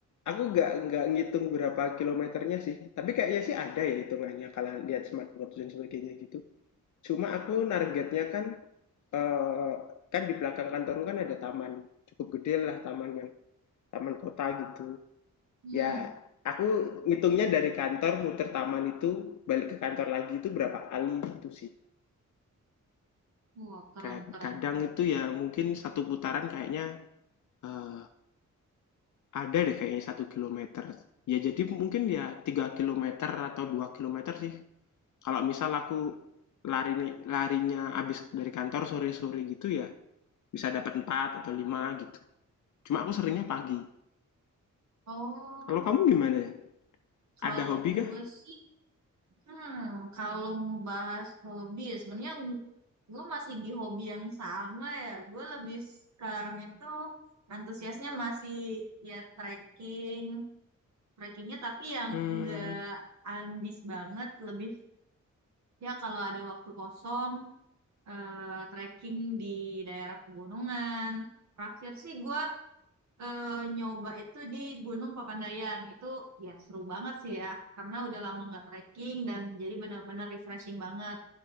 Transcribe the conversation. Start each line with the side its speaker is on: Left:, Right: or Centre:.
Left: aku nggak nggak ngitung berapa kilometernya sih, tapi kayaknya sih ada ya hitungannya kalau lihat smartwatch dan sebagainya gitu. Cuma aku targetnya kan, eee, kan di belakang kantorku kan ada taman, cukup gede lah taman yang taman kota gitu.
Right: Hmm.
Left: Ya, aku ngitungnya dari kantor muter taman itu, balik ke kantor lagi itu berapa kali gitu sih.
Right: Wah, keren,
Left: Kayak
Right: keren,
Left: kadang
Right: keren.
Left: itu ya mungkin satu putaran kayaknya eh, ada deh kayaknya satu kilometer. Ya jadi mungkin ya 3 kilometer atau 2 kilometer sih. Kalau misal aku lari larinya abis dari kantor sore-sore gitu ya bisa dapat 4 atau 5 gitu. Cuma aku seringnya pagi.
Right: Oh,
Left: Kalau kamu gimana?
Right: Kalau
Left: Ada hobi
Right: gue
Left: kah?
Right: sih, hmm, kalau membahas hobi ya sebenarnya gue masih di hobi yang sama ya. Gue lebih sekarang itu antusiasnya masih ya trekking, trekkingnya tapi yang
Left: Hmm,
Right: enggak ambis banget, lebih ya kalau ada waktu kosong eh, trekking di daerah pegunungan. Terakhir sih gue eh, nyoba itu di Gunung Papandayan. Itu ya seru banget sih ya, karena udah lama nggak trekking dan jadi benar-benar refreshing banget.